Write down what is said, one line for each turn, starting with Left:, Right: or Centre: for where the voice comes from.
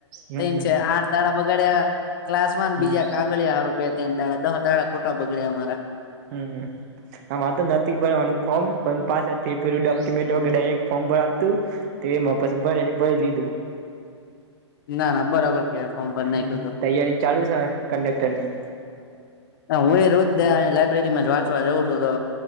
Right: હમ
Left: ને, છે આઠ દાણા બગાડ્યા. ક્લાસમાં
Right: હમ
Left: બીજા કાગળિયા હારું બે ત્રણ દાડા દહ દાડા ખોટા બગડ્યા અમારા.
Right: હમ. આમાંરે તો નથી ભરવાનું ફોર્મ પણ પાછા પેલું ડોક્યુમેન્ટગ ડાયરેક્ટ ફોર્મ ભરાતું. તે એમાં પછી ભરે ભરી લીધું.
Left: ના ના બરાબર કેવાય ફોર્મ ભરી
Right: હ
Left: નાખ્યું તો
Right: તૈયારી ચાલુ છે હવે કંડક્ટર ની.
Left: હ હું એ રોજ લાઈબ્રેરીમાં જ વાંચવા જઉં છું તો